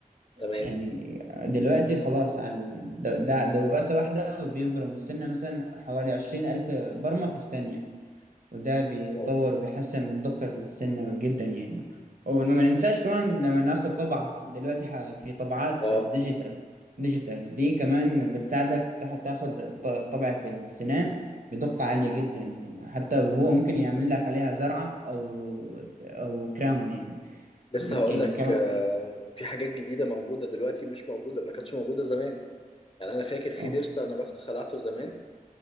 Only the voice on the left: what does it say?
تمام
واو
اه
لسه
هقول
لك
آه، في حاجات جديده موجوده دلوقتي مش موجوده ما كانتش موجوده زمان يعني انا فاكر في
ضرس انا رحت خلعته زمان